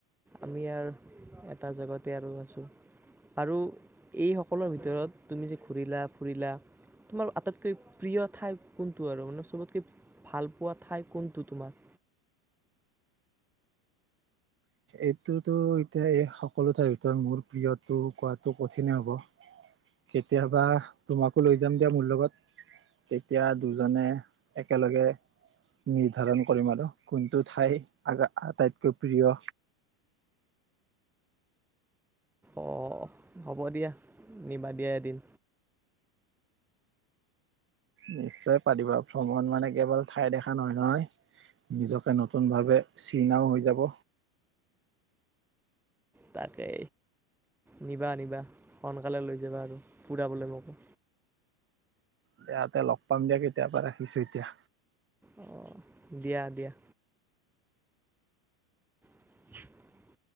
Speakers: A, in the centre; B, on the right (about 25°).
A: আমি আৰু এটা জগতে আৰু আছো আৰু এইসকলৰ ভিতৰত তুমি যে ঘূৰিলা ফুৰিলা তোমাৰ আটাইতকৈ প্ৰিয় ঠাই কোনটো আৰু মানে চবতকৈ ভাল পোৱা ঠাই কোনটো তোমাৰ
B: এইটোতো এতিয়া এই সকলো ঠাইৰ ভিতৰত মোৰ প্ৰিয়তটো কোৱাটো কঠিনে হ'ব, কেতিয়াবা তোমাকো লৈ যাম দিয়া মোৰ লগত তেতিয়া দুজনে একেলগে নিৰ্ধাৰণ কৰিম আৰু কোনটো ঠাই আটাইতকৈ প্ৰিয়।
A: অঁ হ'ব দিয়া নিবা দিয়া এদিন
B: নিশ্চয় পাৰিবা ভ্ৰমণ মানে কেৱল ঠাই দেখা নহয় নহয় নিজকে নতুন ভাৱে চিনাও হৈ যাব।
A: তাকে নিবা নিবা সোনকালে লৈ যাবা আৰু ফুৰাবলৈ মোকো
B: দিয়াতে লগ পাম দিয়া কেতিয়াবা ৰাখিছো এতিয়া।
A: অ', দিয়া, দিয়া। <unintelligible>